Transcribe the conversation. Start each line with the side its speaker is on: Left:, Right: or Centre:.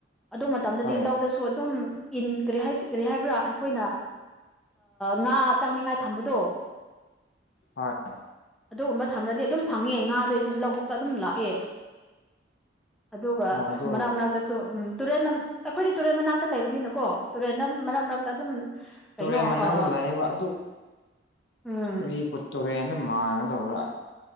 Centre: ꯑꯗꯨ ꯃꯇꯝꯗꯗꯤ
Left: ꯍꯣꯏ
Centre: ꯂꯧꯗꯁꯨ ꯑꯗꯨꯝ ꯏꯟ ꯀꯔꯤ ꯍꯥꯏ ꯀꯔꯤ ꯍꯥꯏꯕ꯭ꯔꯥ ꯑꯩꯈꯣꯏꯅ ꯉꯥ ꯆꯡꯅꯤꯡꯉꯥꯏ ꯊꯝꯕꯗꯣ
Left: ꯍꯣꯏ
Centre: ꯑꯗꯨꯒꯨꯝꯕ ꯊꯝ꯭ꯔꯗꯤ ꯑꯗꯨꯝ ꯐꯪꯉꯦ ꯉꯥꯗꯩ ꯂꯧꯕꯨꯛꯇ ꯑꯗꯨꯝ ꯂꯥꯛꯑꯦ ꯑꯗꯨꯒ
Left: ꯑꯣ ꯑꯗꯨ
Centre: ꯃꯔꯛ ꯎꯝ ꯇꯨꯔꯦꯟ ꯑꯩꯈꯣꯏꯗꯤ ꯇꯨꯔꯦꯟ ꯃꯅꯥꯛꯇ ꯂꯩꯕꯅꯤꯅꯀꯣ ꯇꯨꯔꯦꯟꯗ ꯃꯔꯛ ꯃꯔꯛꯇ ꯑꯗꯨꯝ ꯀꯩꯅꯣ
Left: ꯇꯨꯔꯦꯟ ꯃꯅꯥꯛꯇ
Centre: ꯑ
Left: ꯂꯥꯛꯏꯕ ꯑꯗꯨ
Centre: ꯎꯝ
Left: ꯀꯔꯤ ꯄꯨ ꯇꯨꯔꯦꯟꯅ ꯃꯥꯡꯒꯗꯧꯕ꯭ꯔꯥ